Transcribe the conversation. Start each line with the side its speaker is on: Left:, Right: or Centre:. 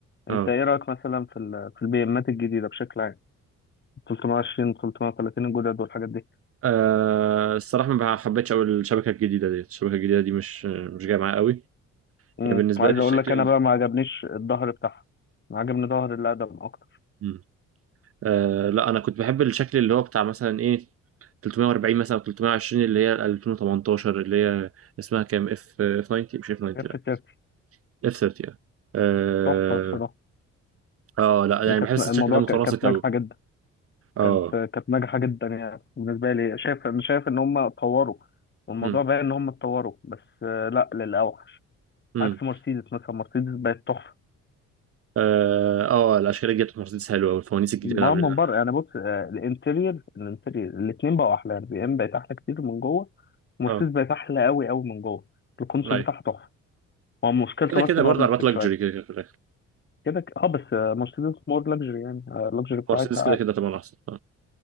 Left: انت
Right: اه
Left: ايه رايك مثلا في ال في البي امات الجديده بشكل عام 320 330 الجدد والحاجات دي
Right: آه، الصراحه ما حبيتش قوي الشبكه الجديده ديت الشبكه الجديده دي مش مش جايه معايا قوي
Left: امم
Right: يعني بالنسبه
Left: وعايز
Right: لي
Left: اقول
Right: الشكل
Left: لك انا بقى ما عجبنيش الظهر بتاعها ما عجبني ظهر اللي اقدم اكتر
Right: ال... آه لا انا كنت بحب الشكل اللي هو بتاع مثلا ايه 340 مثلا 320 اللي هي 2018 اللي هي اسمها كام اف اف 90 مش اف 90
Left: كانت
Right: لا
Left: في سيرتي
Right: اف 30 اه
Left: تحفه بصراحه
Right: اه آه، لا يعني
Left: يعني كانت
Right: بحس
Left: الموضوع
Right: الشكل ده متناسق
Left: ك- كانت
Right: قوي
Left: ناجحه جدا
Right: اه
Left: كانت كانت ناجحه جدا يعني بالنسبه لي شايف انا شايف ان هم اتطوروا والموضوع
Right: امم
Left: بقى ان هم اتطوروا بس آه، لا للاوحش
Right: امم
Left: عكس مرسيدس مثلا مرسيدس بقت تحفه
Right: اه آه، الاشكال الجديده بتاعت مرسيدس حلوه والفوانيس الجديده
Left: ما
Right: اللي عاملينها
Left: من بره يعني بص آه، الانتريور الانتريور الاثنين بقوا احلى يعني بي ام بقت احلى كتير من جوه مرسيدس
Right: اه
Left: بقت احلى قوي قوي من جوه الكونسول
Right: لا
Left: بتاعها تحفه هو مشكلته
Right: كده كده
Left: بس ان
Right: برضه
Left: هو بلاستيك
Right: عربيات لكجري
Left: شويه
Right: كده كده في الاخر
Left: كده ك- اه بس آه، مرسيدس مور لاكجري يعني اللكجري بتاعتها
Right: مرسيدس كده
Left: اعلى
Right: كده طبعا احسن اه